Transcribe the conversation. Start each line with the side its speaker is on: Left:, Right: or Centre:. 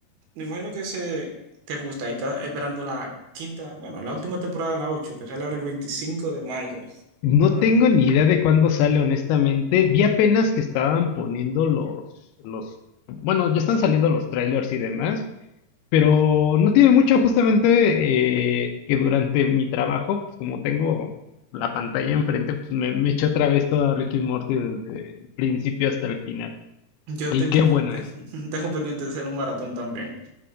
Right: me imagino que ese... te gusta y estás esperando la quinta, bueno, la última temporada, la 8 que sale ahora el 25 de mayo.
Left: No
Right: Bueno,
Left: tengo ni idea de cuándo sale, honestamente. Vi apenas que estaban poniendo los, los, bueno, ya están saliendo los trailers y demás, pero no tiene mucho justamente eh, que durante mi trabajo, pues como tengo la pantalla enfrente, pues me, me eché otra vez todo Ricky Morty desde el principio hasta el final.
Right: Yo
Left: Y
Right: tengo,
Left: qué bueno
Right: <laughs>
Left: es.
Right: tengo pendiente de hacer un maratón también.